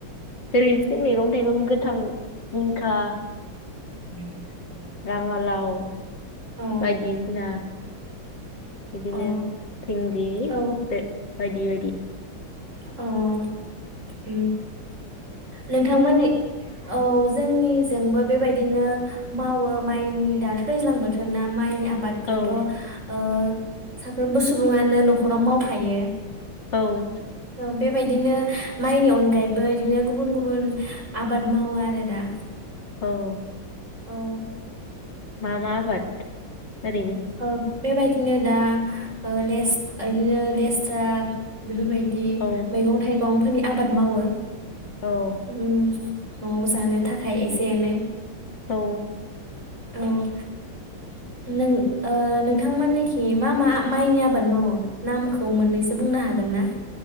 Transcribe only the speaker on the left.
ओरैनोसो मैगं थाइगं गोथांखा
राङा लाव
बायदिसिना बिदिनो
भिनदि <unintelligible>
बायदि बायदि
औ
औ
औ
मा मा आबाद। ओरैनो।
औ
औ
औ